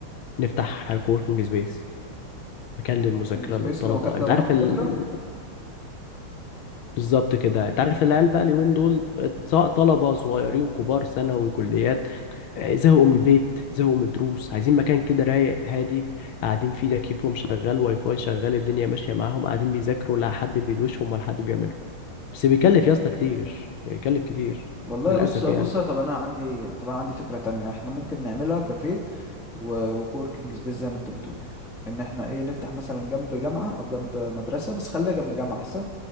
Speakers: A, on the left; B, in the centre.
A: نفتح كووركينج سبيس مكان
B: كووركينج
A: للمذاكرة
B: سبيس
A: للطلبة
B: المكان
A: انت
B: ده
A: عارف
B: مكان مذاكرة
A: ال... بالظبط كده انت عارف العيال بقى اليومين دول سواء طلبة صغيرين كبار ثانوي كليات آه، زهقوا من البيت زهقوا من الدروس عايزين مكان كده رايق هادي قاعدين فيه تكييفهم شغال واي فاي شغال الدنيا ماشية معاهم قاعدين بيذاكروا لا حد بيدوشهم ولا حد بيعمله بس بيكلف يا اسطى كتير بيكلف كتير
B: والله
A: للأسف
B: بص بص
A: يعني
B: طب انا عندي طب انا عندي فكرة تانية احنا ممكن نعملها كافيه و- وكوركينج سبيس زي ما انت بتقول ان احنا ايه نفتح مثلا جنب جامعة او جنب مدرسة بس خليها جنب جامعة احسن